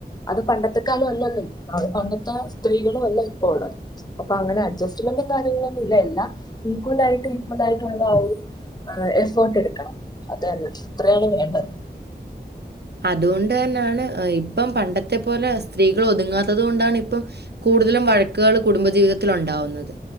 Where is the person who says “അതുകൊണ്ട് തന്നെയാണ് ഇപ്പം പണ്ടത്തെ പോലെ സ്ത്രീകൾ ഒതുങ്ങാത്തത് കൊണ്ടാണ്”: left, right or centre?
Right